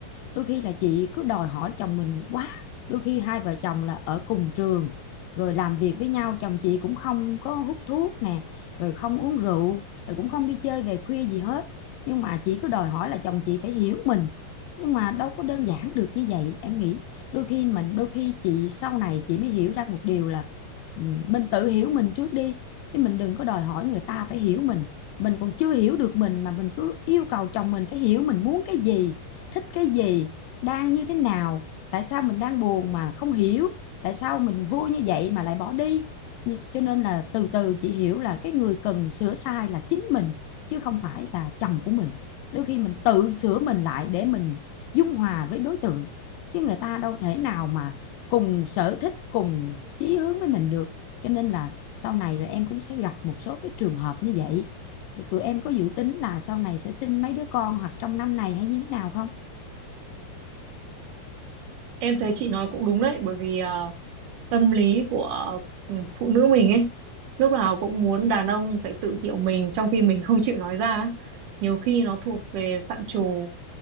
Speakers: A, on the left; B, on the right.
A: đôi khi là chị cứ đòi hỏi chồng mình quá đôi khi hai vợ chồng là ở cùng trường rồi làm việc với nhau chồng chị cũng không có hút thuốc nè rồi không uống rượu rồi cũng không đi chơi về khuya gì hết nhưng mà chị cứ đòi hỏi là chồng chị phải hiểu mình nhưng mà đâu có đơn giản được như vậy em nghĩ đôi khi mình đôi khi chị sau này chị mới hiểu ra một điều là ừ, mình tự hiểu mình trước đi chứ mình đừng có đòi hỏi người ta phải hiểu mình mình còn chưa hiểu được mình mà mình cứ yêu cầu chồng mình phải hiểu mình muốn cái gì thích cái gì đang như thế nào tại sao mình đang buồn mà không hiểu tại sao mình vui như vậy mà lại bỏ đi cho nên là từ từ chị hiểu là cái người cần sửa sai là chính mình chứ không phải là chồng của mình đôi khi mình tự sửa mình lại để mình dung hòa với đối tượng chứ người ta đâu thể nào mà cùng sở thích cùng chí hướng với mình được cho nên là sau này rồi em cũng sẽ gặp một số cái trường hợp như vậy Thì tụi em có dự tính là sau này sẽ sinh mấy đứa con hoặc trong năm này hay như thế nào không
B: Em thấy chị nói cũng đúng đấy bởi vì à, tâm lý của ừ, phụ nữ mình ấy lúc nào cũng muốn đàn ông phải tự hiểu mình trong khi mình <laughs> không chịu nói ra á. nhiều khi nó thuộc về phạm trù